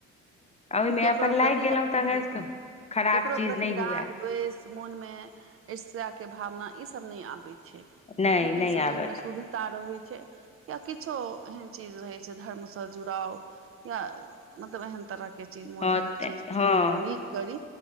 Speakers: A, on the left (about 20°); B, on the right (about 50°).
A: ओहिमे
B: केकरो
A: अपन लागि
B: प्रति
A: गेलहुँ
B: राग
A: तऽ
B: बिना,
A: खराब
B: केकरो
A: चीज
B: प्रति
A: नहि
B: राग
A: हुए
B: द्वेष, मोनमे ईर्ष्याक भावना, ई सभ नहि अबैत छै।
A: नहि
B: जखने
A: नहि
B: शरीर
A: आबत
B: मे सूध तऽ रहै छै या, किछु एहन चीज रहै छै धर्मसँ जुड़ाव या मतलब, एहेन तरहक चीज मोनमे
A: हँ
B: होइ
A: ते
B: छै, जे हम
A: हँ
B: ककरो नीक करी,